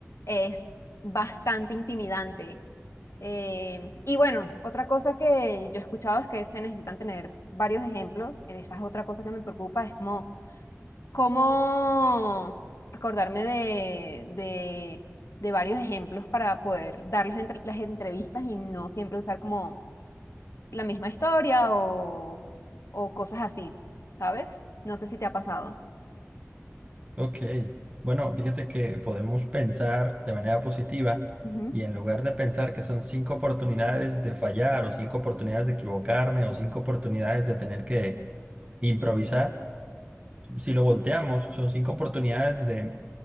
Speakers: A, on the left (about 70°); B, on the right (about 25°).
A: es bastante intimidante. Eh, y bueno, otra cosa que yo he escuchado es que se necesitan tener varios ejemplos, esa es otra cosa que me preocupa, es como cómo acordarme de, de, de varios ejemplos para poder darlos entre- las entrevistas y no siempre usar como la misma historia o, o cosas así, ¿sabes? No sé si te ha pasado.
B: Ok, bueno, fíjate que podemos pensar de manera positiva
A: Ujú.
B: y en lugar de pensar que son cinco oportunidades de fallar o cinco oportunidades de equivocarme o cinco oportunidades de tener que improvisar, si lo volteamos, son cinco oportunidades de